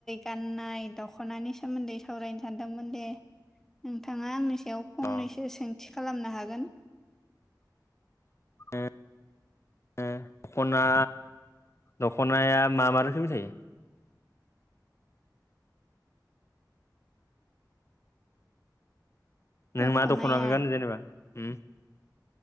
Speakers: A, in the centre; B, on the left.
A: गाननाय दख'नानि सोमोन्दै सावरायनो सानदोंमोन दे। नोंथाङा आंनि सायाव
B: अ
A: खमनैसो सोंथि खालामनो हागोन?
B: ए ए दख'ना दख'नाया मा मा रोखोमनि थायो? नों
A: दख'नाया
B: मा दखनाखो गानो जेनेबा हुम?